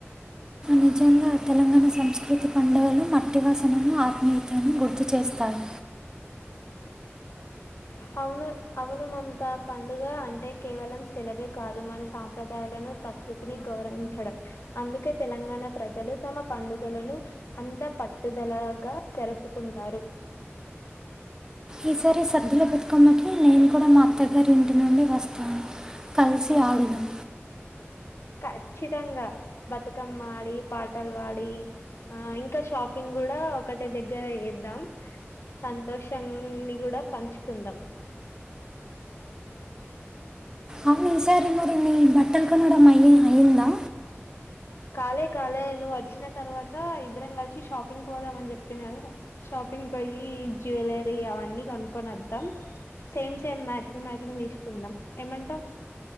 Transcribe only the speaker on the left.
అవును అవును మమతా పండుగ అంటే కేవలం సెలవే కాదు మన సాంప్రదాయాలను ప్రకృతిని గౌరవించడం అందుకే తెలంగాణ ప్రజలు తమ పండుగలను అంత పట్టుదలగా జరుపుకుంటారు
ఖచ్చితంగా బతుకమ్మ ఆడి పాటలు వాడి ఆ ఇంకా షాపింగ్ కూడా ఒకటే దగ్గర చేద్దాం సంతోషాన్ని కూడా పంచుకుందాం
కాలే కాలే నువ్వు వచ్చిన తర్వాత ఇద్దరం కలిసి షాపింగ్ పోదాం అని చెప్పిన కదా షాపింగ్ పోయి జ్యువెలరీ అవన్నీ కొనుక్కొని వద్దాం సేమ్ సేమ్ మ్యాచింగ్ మ్యాచింగ్ తీసుకుందాం ఏమంటావు